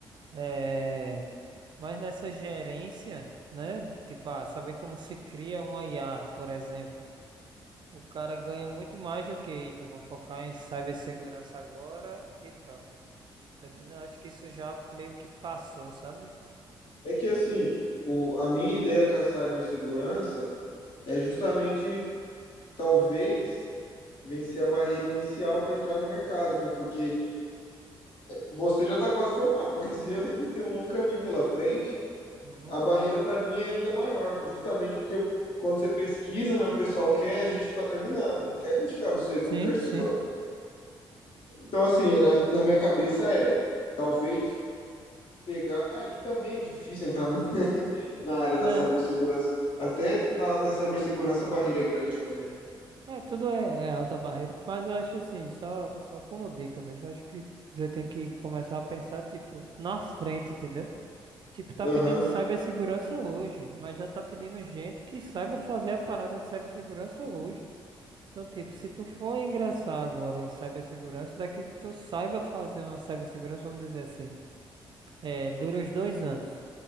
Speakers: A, on the right (about 50°); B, on the left (about 65°).
A: é, mas nessa gerência, né? Tipo, ah, saber como se cria um IA, por exemplo. O cara ganha muito mais do que, eita, eu vou focar em cibersegurança agora e pronto. Tá entendendo? Eu Acho que isso já meio que passou, sabe?
B: É que assim, o, a minha ideia com a cibersegurança é justamente, talvez, vencer a barreira inicial para entrar no mercado, né? Porque você já está quase formado, <laughs> mas eu ainda tenho um longo caminho pela frente.
A: Uhum.
B: A barreira para mim é ainda maior, justamente porque eu, quando você pesquisa, né, o pessoal quer a gente que está terminando, não quer a gente que está no segundo,
A: Sim,
B: terceiro
A: sim.
B: ano. Então, assim, na, na minha cabeça é talvez pegar. Ah, e que também é difícil entrar no- <laughs> na área da
A: Né?
B: cibersegurança. Até na, na cibersegurança a barreira é grande também.
A: É, tudo é, é alta barreira. Mas eu acho assim, só, só como dica mesmo, eu acho que você tem que começar a pensar, tipo, na frente, entendeu? Tipo, tá pedindo
B: Aham,
A: cibersegurança hoje, mas já tá pedindo gente que saiba fazer a parada de cibersegurança hoje. Então, tipo, se tu for ingressar agora em cibersegurança, daqui que tu saiba fazer uma cibersegurança, vamos dizer assim. É, dura os dois anos.